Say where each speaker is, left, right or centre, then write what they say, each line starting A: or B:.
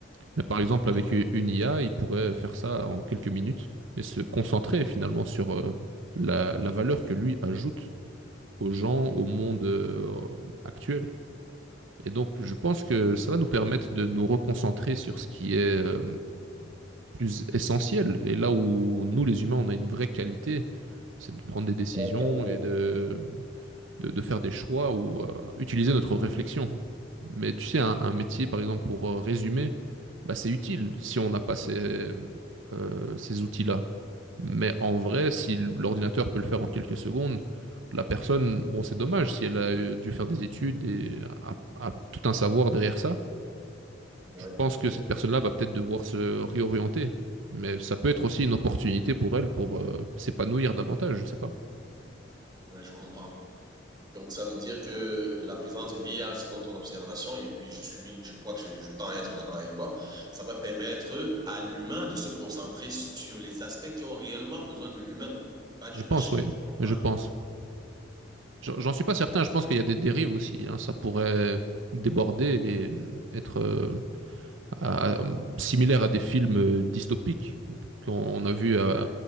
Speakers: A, on the right (about 85°); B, on the right (about 25°).
A: Mais par exemple,
B: Ouais,
A: avec une
B: c'est ça.
A: IA, il pourrait faire ça en quelques minutes et se concentrer finalement sur euh, la, la valeur que lui ajoute aux gens, au monde euh, actuel. Et donc, je pense que ça va nous permettre de nous reconcentrer sur ce qui est euh, plus essentiel. Et là où nous, les humains, on a une vraie qualité, c'est de prendre des décisions
B: Ouais, tu as raison.
A: et de de, de faire des choix ou euh, utiliser notre réflexion. Mais tu sais, un, un métier, par exemple, pour euh, résumer, bah, c'est utile si on n'a pas ces, euh, ces outils-là. Mais en vrai, si l'ordinateur peut le faire en quelques secondes, la personne, bon, c'est dommage si elle a euh, dû faire des études et a, a tout un savoir derrière ça.
B: Ouais,
A: Je pense que cette personne-là va peut-être devoir se réorienter. Mais ça peut être aussi une opportunité pour elle pour euh, s'épanouir davantage, je sais pas.
B: ouais, je comprends. Donc, ça veut dire que la présence de l'IA, selon ton observation, et puis je suis, je crois que je, je tends à être d'accord avec toi, ça va permettre à l'humain de se concentrer sur les aspects qui ont réellement besoin de l'humain, pas d'une
A: Je pense,
B: machine,
A: oui.
B: je comprends.
A: Je
B: un
A: pense.
B: peu.
A: J'en suis pas certain,
B: C'est,
A: je pense qu'il y a des dérives aussi. hein. Ça pourrait déborder et être euh, à- à- similaire à des films euh, dystopiques qu'on a vus euh,
B: ouais,